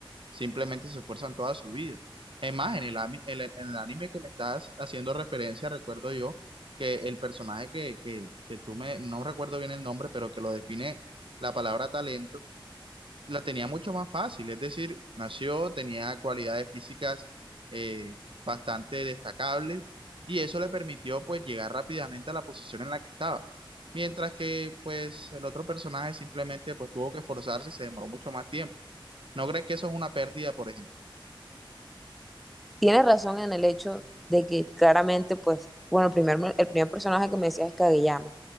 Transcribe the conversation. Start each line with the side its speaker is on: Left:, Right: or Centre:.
Right: simplemente se esfuerzan toda su vida. Es más, en el, ami- en el- en el anime que me estás haciendo referencia, recuerdo yo que el personaje que, que, que tú me, no recuerdo bien el nombre, pero que lo define la palabra talento la tenía mucho más fácil, es decir, nació, tenía cualidades físicas eh, bastante destacables y eso le permitió pues llegar rápidamente a la posición en la que estaba. Mientras que pues el otro personaje simplemente pues tuvo que esforzarse y se demoró mucho más tiempo. ¿No crees que eso es una pérdida, por ejemplo?
Centre: Tienes razón en el hecho de que claramente, pues, bueno, el primer, el primer personaje que me decías es Kageyama,